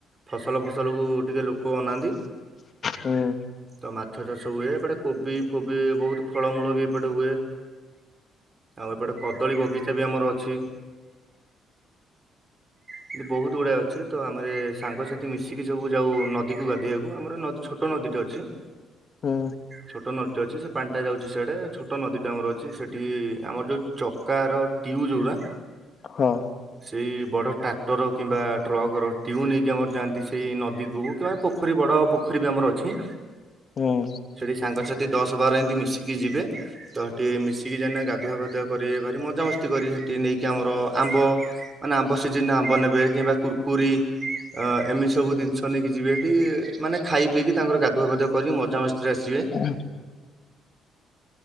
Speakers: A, on the right (about 25°); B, on the left (about 50°).
A: ଫସଲ ଫସଲକୁୁ ଟିକେ ଲୋକ ଅନାନ୍ତି।
B: ହୁଁ
A: ତ ମାଛ ଚାଷ ହୁଏ ଏପଟେ କୋବି ଫୋବି ବହୁତୁ ଫଳମୂଳ ବି ଏପଟେ ହୁଏ। ଆଉ ଏପଟେ କଦଳୀ ବଗିଚା ବି ଆମର ଅଛି। କିନ୍ତୁ ବହୁତୁ ଗୁଡ଼ାଏ ଅଛି ତ ଆମର ଏ ସାଙ୍ଗସାଥି ମିଶିକି ସବୁ ଯାଉ ନଦୀକୁ ଗାଧେଇବାକୁ ଆମର ନଦୀ ଛୋଟ ଟୋ ନଦୀ ଟେ ଅଛି।
B: ହୁଁ।
A: ଛୋଟ ନଦୀ ଟେ ଅଛି ସେ ପାଣ ଟା ଯାଉଚି ସିଆଡ଼େ ଛୋଟ ନଦୀ ଟା ଆମର ଅଛି ସେଠି ଆମର ଯୋଉ ଚକାର ଟିଉ ଯୋଉରା
B: ହଁ।
A: ସେଇ ବଡ଼ ଟାକ୍ ଟର କିମ୍ବା ଟ୍ରକର ଟିୟୁ ନେଇକି ଆମର ଯାଆନ୍ତି ସେଇ ନଦୀକୁ କିମ୍ବା ପୋଖରୀ ବଡ଼ ପୋଖରୀ ବି ଆମର ଅଛି।
B: ହୁଁଅଁ
A: ସେଠି ସାଙ୍ଗସାଥି ଦଶ ବାର ଏନ୍ତି ମିଶିକି ଯିବେ। ତ ହେଠି ମିଶିକି ଯାଇକିନା ଗାଧୁଆ ପାଧୁଆ କରି ଭାରି ମଜାମସ୍ତି କରି ହେଠି ନେଇକି ଆମର ଆମ୍ବ ମାନେ ଆମ୍ବ ସିଜନରେ ଆମ୍ ବେ କିମ୍ବା କୁରକୁରି ଆ ଏମିତି ସବୁ ଜିନଷ ନେଇକି ଯିବେ ହେଠି ଇ ଇ ମାନେ ଖାଇ ପିଇକି ତାଙ୍କର ଗାଧୁଆ ପାଧୁଆ କରିକି ମଜାମସ୍ତିରେ ଆସିବେ।
B: ହୁଁ